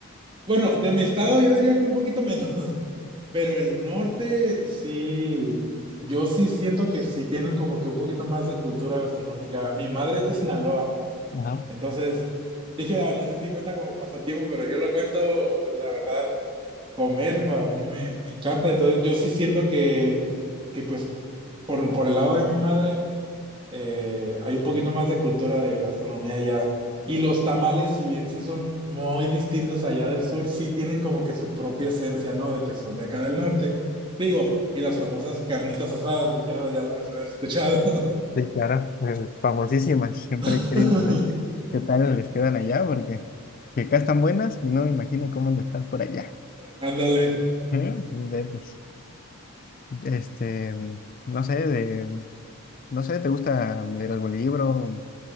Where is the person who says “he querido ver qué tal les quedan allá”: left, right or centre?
Left